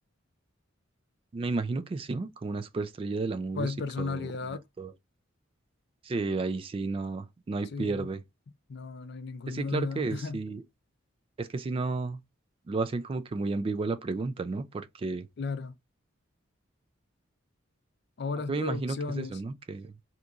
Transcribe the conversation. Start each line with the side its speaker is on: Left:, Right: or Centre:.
Right: me imagino que sí, ¿no? Como una superestrella de la música
Left: pues personalidad,
Right: o un actor. Sí, ahí sí no, no hay
Left: sí,
Right: pierde.
Left: no, no hay ninguna
Right: Es que
Left: duda.
Right: claro que
Left: <laughs>
Right: sí, Es que si no, lo hacen como que muy ambigua la pregunta, ¿no? Porque,
Left: Claro. Obras,
Right: aunque me
Left: producciones,
Right: imagino que es eso, ¿no? Que,